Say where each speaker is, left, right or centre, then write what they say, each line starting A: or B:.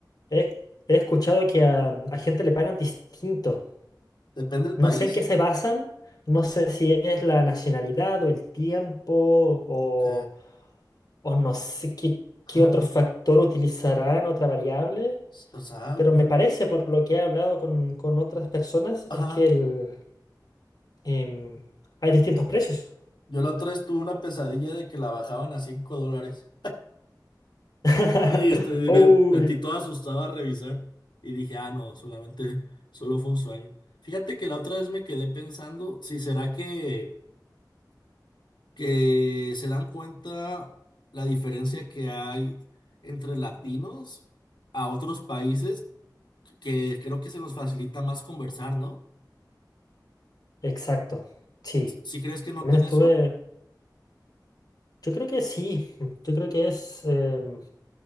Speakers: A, on the left; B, on the left.
A: he, he escuchado que a, a gente le pagan distinto.
B: Depende del
A: No
B: país.
A: sé en qué se basan, no sé si es la nacionalidad o el tiempo o,
B: Ok.
A: o no sé qué,
B: <laughs>
A: qué otro factor utilizarán, otra variable.
B: O sea,
A: Pero
B: yo,
A: me parece, por lo que he hablado con, con otras personas,
B: Ajá.
A: es que el, em, hay distintos precios.
B: Yo la otra vez tuve una pesadilla de que la bajaban a 5 dólares.
A: <laughs>
B: Y este, me metí
A: Uy,
B: todo asustado a revisar y dije, ah, no, solamente, solo fue un sueño. Fíjate que la otra vez me quedé pensando si será que, que se dan cuenta la diferencia que hay entre latinos a otros países, que creo que se nos facilita más conversar, ¿no?
A: exacto, sí.
B: ¿Si crees que
A: También
B: noten
A: estuve,
B: eso?
A: yo creo que sí, yo creo que es, em,